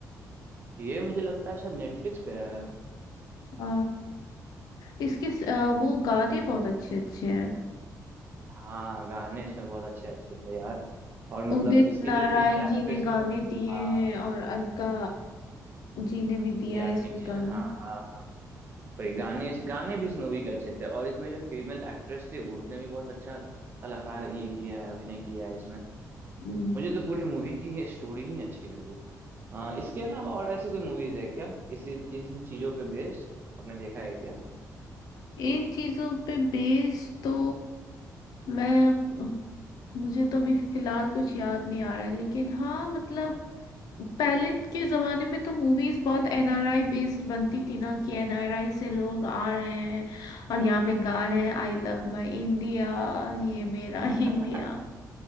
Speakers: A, on the right; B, on the left.
A: ये मुझे लगता है शायद नेटफ्लिक्स पे है
B: अ, इसके स- अ,
A: हम्म,
B: वो गाने बहुत अच्छे अच्छे हैं
A: हाँ गाने इसमें बहुत अच्छे अच्छे थे यार और मतलब
B: उदित
A: इसकी
B: नारायण
A: जो फीमेल एक्ट्रेस
B: जी ने गाने
A: थी
B: दिए
A: हाँ
B: हैं और अलका जी ने भी दिया
A: याग्निक
B: इसमें
A: जी
B: गाना
A: ने हाँ हाँ हाँ। भाई गाने गाने भी इस मूवी के अच्छे थे और इसमें जो फीमेल एक्ट्रेस थी वो उसने भी बहुत अच्छा कलाकार ये किया है अभिनय किया है इसमें
B: हम्म,
A: मुझे तो पूरी मूवी की ये स्टोरी ही अच्छी लगी अ, इसके अलावा और ऐसी कोई मूवीज है क्या इसी इन चीजों पे बेस्ड आपने देखा है क्या
B: इन चीजों पे बेस तो मैं मुझे तो अभी फिलहाल कुछ याद नहीं आ रहा है लेकिन हाँ मतलब पहले के जमाने में तो मूवीज बहुत एनआरआई बेस्ड बनती थी ना कि एनआरआई से लोग आ रहे हैं और यहाँ पे गा रहे हैं आई लव माई इंडिया ये मेरा
A: <laughs>
B: <laughs> इंडिया